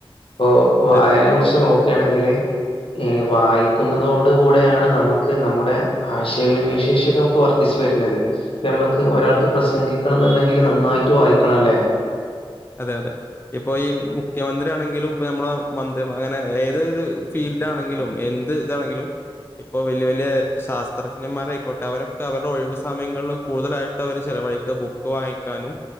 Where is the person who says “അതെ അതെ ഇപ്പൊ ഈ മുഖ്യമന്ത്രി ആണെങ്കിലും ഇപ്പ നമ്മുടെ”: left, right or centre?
Left